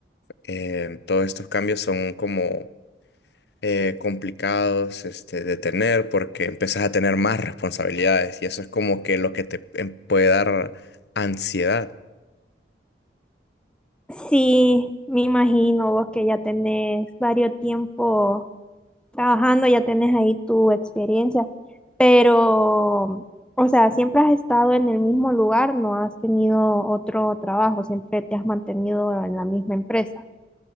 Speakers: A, on the left; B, in the centre.
A: em, todos estos cambios son como eh, complicados este, de tener porque empiezas a tener más responsabilidades y eso es como que lo que te em, puede dar ansiedad.
B: Sí, me imagino vos que ya tenés varios tiempo trabajando, ya tenés ahí tu experiencia, pero, o sea, siempre has estado en el mismo lugar, no has tenido otro trabajo, siempre te has mantenido en la misma empresa.